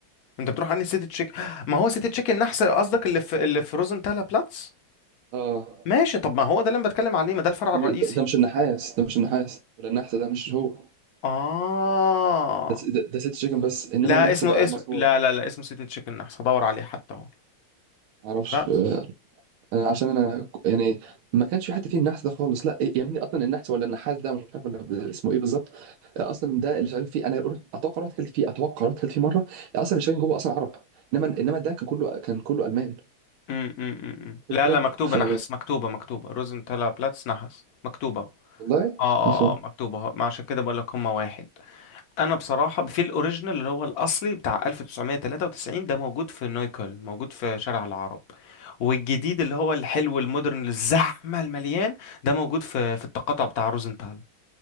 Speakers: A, on the left; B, on the right.
A: انت بتروح عند سيتي تشيكن ما هو سيتي تشيكن نحس قصدك اللي في اللي في روزنتالا بلاتس
B: اه
A: ماشي طب ما هو ده اللي انا بتكلم عليه ما ده الفرع
B: ده
A: الرئيسي
B: م- ده مش النحاس ده مش النحاس ولا النحس ده مش هو
A: اه
B: ده س- ده, ده ست شيكن بس انما
A: لا
B: النحس
A: اسمه
B: ده اه
A: اسم
B: مظبوط
A: لا لا لا اسمه سيتي تشيكن نحس هدور عليه حتى اهو
B: معرفش
A: بس
B: آه، انا عشان انا ك- يعني ما كانش في حد فيه النحس ده خالص لا يعني اصلا النحس ولا النحاس ده مش عارف ولا ب- اسمه ايه بالظبط آه، اصلا ده اللي شغالين فيه انا رحت- اتوقع رحت اكلت فيه اتوقع رحت اكلت فيه مره آه، اصلا اللي شغالين جوه اصلا عرب انما انما ده كان كله كان كله المان
A: امم امم
B: فكره
A: لا لا مكتوبة
B: ف
A: نحس مكتوبة مكتوبة روزنتالا بلاتس نحس مكتوبة اه
B: والله
A: اه
B: اصلا
A: آه، مكتوبة ما عشان كده بقول لك هما واحد انا بصراحة في الاوريجينال اللي هو الاصلي بتاع 1993 ده موجود في نويكل موجود في شارع العرب والجديد اللي هو الحلو المودرن الزحمة المليان ده موجود في في التقاطع بتاع روزنتال